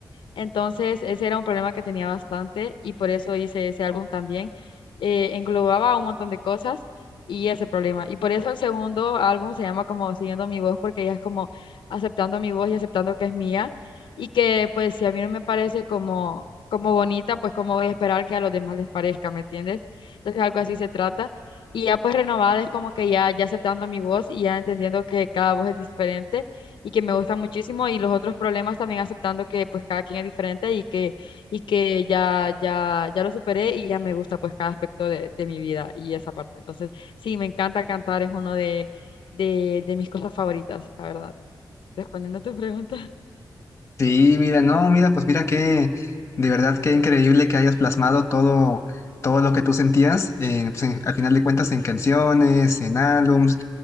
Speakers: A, on the left (about 80°); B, on the left (about 35°).
A: Entonces, ese era un problema que tenía bastante y por eso hice ese álbum también. Eh, englobaba un montón de cosas y ese problema. Y por eso el segundo álbum se llama como Siguiendo mi voz, porque ella es como aceptando mi voz y aceptando que es mía y que pues si a mí no me parece como, como bonita, pues cómo voy a esperar que a los demás les parezca, ¿me entiendes? Entonces, algo así se trata. Y ya pues renovada es como que ya, ya aceptando mi voz y ya entendiendo que cada voz es diferente y que me gusta muchísimo y los otros problemas también aceptando que pues cada quien es diferente y que, y que ya, ya, ya lo superé y ya me gusta pues cada aspecto de, de mi vida y esa parte. Entonces, sí, me encanta cantar, es uno de, de, de mis cosas favoritas, la verdad. Respondiendo a tu pregunta. <laughs>
B: Sí, mira, no, mira, pues mira que de verdad qué increíble que hayas plasmado todo, todo lo que tú sentías, eh, pues, en- al final de cuentas en canciones, en álbums